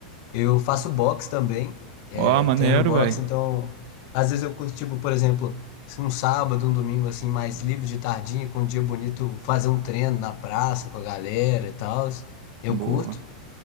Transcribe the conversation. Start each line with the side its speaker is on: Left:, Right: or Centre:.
Left: Eu faço boxe também, é,
Right: Ó, maneiro,
Left: eu treino boxe,
Right: velho.
Left: então às vezes eu curto, tipo, por exemplo, se um sábado, um domingo assim, mais livre de tardinha, com um dia bonito, fazer um treino na praça com a galera e tal. Eu
Right: Boa.
Left: curto.